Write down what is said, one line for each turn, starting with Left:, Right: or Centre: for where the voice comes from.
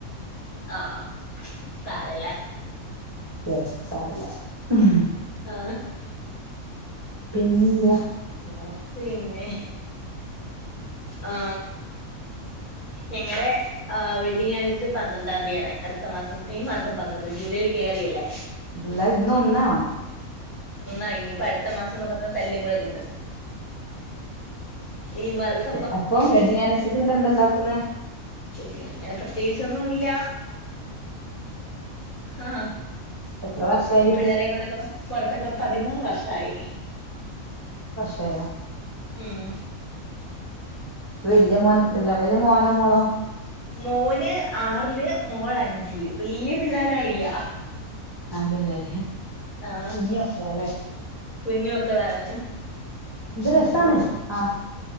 Left: ആ സാരല്ല
Right: <unintelligible> ഉം
Left: ആ
Right: പിന്നെന്താ വേറെ
Left: പിന്നെ ആ നിങ്ങടെ ആ വെഡിംഗ് ആനിവേഴ്സറി പന്ത്രണ്ടാം തീയന്തിയാ അടുത്ത മാസം ഈ മാസം പന്ത്രണ്ട് ജൂലൈയിൽ കയറിയില്ലേ
Right: ജൂലൈ ഇന്നൊന്നാ
Left: ആ ഇനിയിപ്പം അടുത്ത മാസംന്ന് പറഞ്ഞ തല്ല്കൂടെ കിട്ടും ഈ മാസ
Right: അപ്പോ വെഡ്ഡിംഗ് ആനിവേഴ്സറിക്ക് എന്തണ്ടാക്കുന്നെ
Left: എടി അങ്ങനെ പ്രത്യേകിച്ചൊന്നുല്ല ആ
Right: എത്ര വർഷായി
Left: പിള്ളേരെ കൊണ്ടക്കൊന്ന് പൊർത്തൊക്കെ പതിമൂന്ന് വർഷായി
Right: ആയോ
Left: ഉം
Right: വല്യ മോന് എത്രല്ല വല്യ മോനോ മോളോ
Left: മോന് ആറിൽ മോള് അഞ്ചിൽ വല്യ പിള്ളേരായില്ല
Right: അതെല്ലേ
Left: ആ
Right: കുഞ്ഞു മക്കളാല്ലേ
Left: കുഞ്ഞുമക്കളാണ്
Right: ഇത് രസാണ് ആ